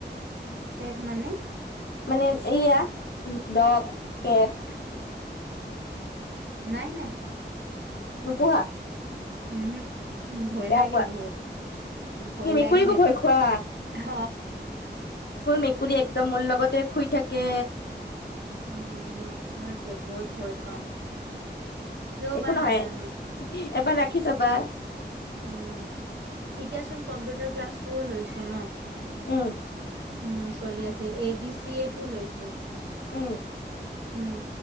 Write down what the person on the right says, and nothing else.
পেদ মানে?
নাই নাই
উম উ ভয়
লাগে,
বহুত উ ভয়
লাগে
হ
উম, মই বহুত ভয় পাওঁ কিয়
বা
নাজানো
উম, এতিয়া চোন কম্পিউটাৰ ক্লাছটোও লৈছো ন
উম, চলি আছে এ বি চি এটো লৈছো
উম,